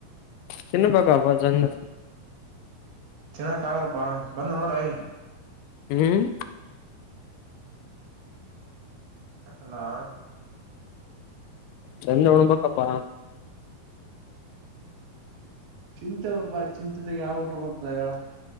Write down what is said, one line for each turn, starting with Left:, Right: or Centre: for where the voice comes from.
Left: ತಿನ್ನ ಬಾಗಬ ಚಂದ
Right: ಚೆನ್ನಕ್ ಆಗಲ್ಪ ಬಂದ ನೋಡ <inaudible>
Left: ಹ್ಮ್
Right: ಅಲ್ಲಾ
Left: ಚಂದ ಉಣಬೇಕಪ್ಪಾ
Right: ಚಿಂತೆದ್ರ ಬಾ ಚಿಂತೆದಾಗ ಯಾವ ಊಟ ಬದ ಹೇಳ